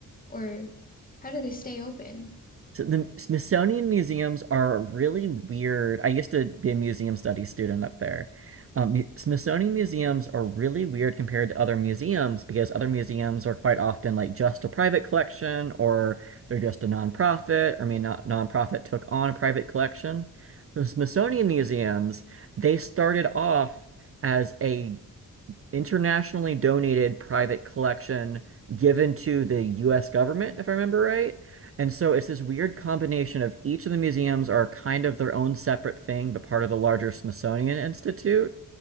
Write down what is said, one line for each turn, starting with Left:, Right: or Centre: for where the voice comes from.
Left: Or how do they stay open?
Right: So the Smithsonian museums are really weird. I used to be a museum studies student up there. Um, mu- Smithsonian museums are really weird compared to other museums because other museums are quite often like just a private collection or they're just a nonprofit or I mean not nonprofit took on a private collection. The Smithsonian museums, they started off as a internationally donated private collection given to the US government, if I remember right. And so it's this weird combination of each of the museums are kind of their own separate thing, but part of the larger Smithsonian Institute.